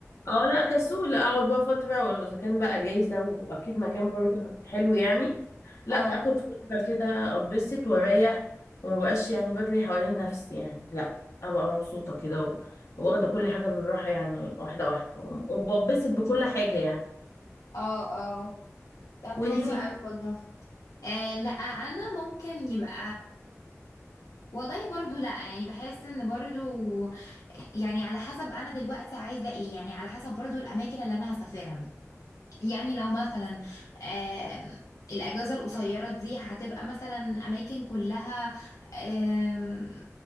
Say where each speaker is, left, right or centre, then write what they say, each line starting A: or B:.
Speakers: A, on the left; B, on the left.
A: اه لا كسول اقعد بقى فترة واذا كان بقى جايزة واكيد مكان برضه حلو يعني لا
B: اه
A: اخد فترة كده اتبسط واريح وما بقاش يعني بجري حوالين نفسي يعني لا ابقى مبسوطة كده و- واخدة كل حاجة بالراحة يعني واحدة واحدة وم- وببسط بكل حاجة يعني
B: اه اه طب
A: وانتي
B: حلو قوي والله آه لا انا ممكن يبقى والله برضو لا يعني بحس ان برضو يعني على حسب انا دلوقتي عايزه ايه يعني على حسب برضو الاماكن اللي انا هسافرها يعني لو مثلا آم، الأجازة القصيرة دي هتبقى مثلا أماكن كلها آم،